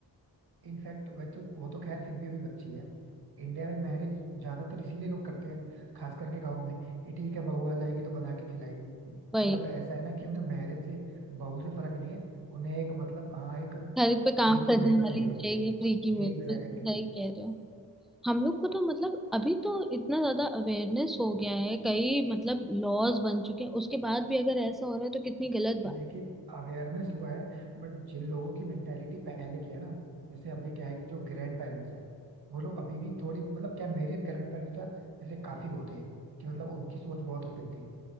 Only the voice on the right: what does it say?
इनफैक्ट वह तो वो तो खैर फिर भी अभी बच्ची है इंडिया में मैरिज ज्यादातर इसीलिए लोग करते हैं खास करके गाँव में कि ठीक है बहू आ जाएगी तो बना के खिलाएगी मतलब
ऐसा है ना कि उन्हें मैरिज से बहू से फर्क नहीं है उन्हें एक मतलब हाँ एक
फ्री की
मेड
चाहिए होती
है
Exactly
exactly.
लेकिन अवेयरनेस हुआ है बट जिन लोगों की मेंटेलिटी पहले की है ना जैसे अभी क्या है कि जो ग्रैंड पेरेंट्स हैं वो लोग अभी भी थोड़ी मतलब क्या मेरे ग्रैंड पेरेंट्स यार वैसे काफी वो थे कि मतलब उनकी सोच बहुत ओपन थी